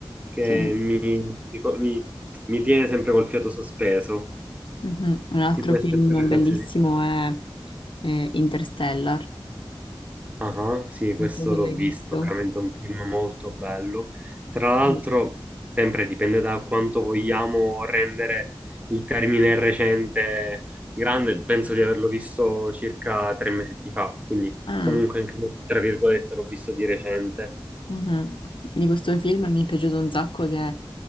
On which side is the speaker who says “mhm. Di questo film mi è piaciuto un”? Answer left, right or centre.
Left